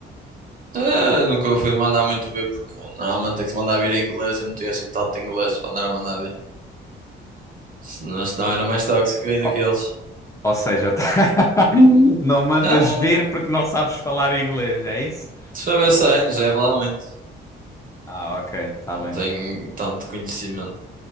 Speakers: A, on the right; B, on the left.
A: Ah, nunca fui mandar muito ver porque normalmente tem que se mandar vir em inglês. Eu não tenho assim tanto inglês para andar a mandar ver. Senão, senão era mais tóxico ainda
B: Ou,
A: que eles.
B: ou seja, <laughs> tá- não mandas
A: Ah,
B: vir porque não sabes falar inglês, é isso?
A: se for essa aí, não serve lá muito.
B: Ah, ok, tá
A: Não
B: bem.
A: tenho tanto conhecimento.